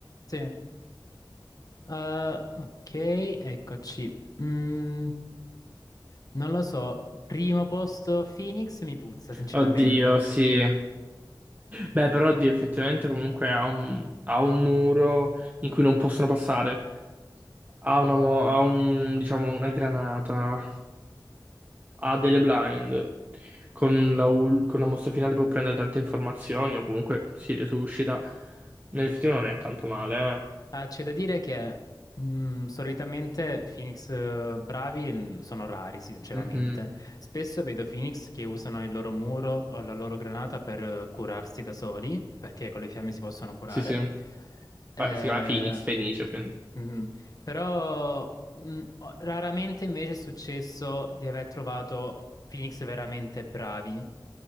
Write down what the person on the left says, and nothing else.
Sì. Eh, ok, eccoci. Mm, non lo so, primo posto Phoenix mi puzza, sinceramente.
Ah, c'è da dire che mh, solitamente Phoenix eh, bravi mh, sono rari, sinceramente.
Spesso vedo Phoenix che usano il loro muro o la loro granata per eh, curarsi da soli, perché con le fiamme si possono curare.
Eh,
mhm. Però mh, ho- raramente invece è successo di aver trovato Phoenix veramente bravi.